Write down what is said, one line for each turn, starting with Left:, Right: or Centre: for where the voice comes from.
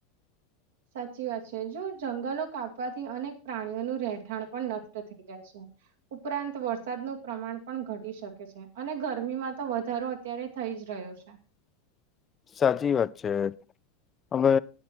Right: સાચી વાત છે જો જંગલો કાપવાથી અનેક પ્રાણીઓનું રહેઠાણ પણ નષ્ટ થઈ જાય છે ઉપરાંત વરસાદનું પ્રમાણ પણ ઘટી શકે છે અને ગરમીમાં તો વધારો અત્યારે થઈ જ રહ્યો છે
Left: સાચી વાત છે હવે